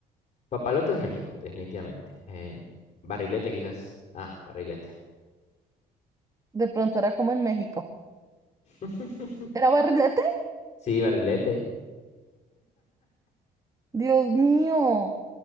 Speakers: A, on the left (about 40°); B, on the right (about 20°).
A: Papalote es México, definitivamente. Eh, barrilete quizás. Ah, barrilete.
B: De pronto era como en México.
A: <laughs>
B: ¿Era barrilete?
A: Sí, barrilete.
B: Dios mío.